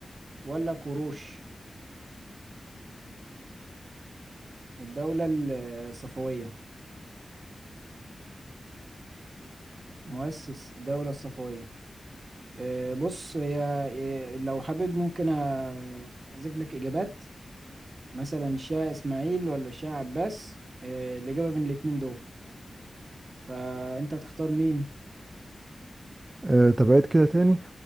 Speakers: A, on the right; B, on the right.
A: ولا كوروش الدولة ال- الصفوية مؤسس الدولة الصفوية آه بص هي آه، لو حابب ممكن احذف لك اجابات مثلا الشاه اسماعيل ولا الشاه عباس آه، الإجابة بين الاتنين دول فانت هتختار مين
B: آه، طب عيد كده تاني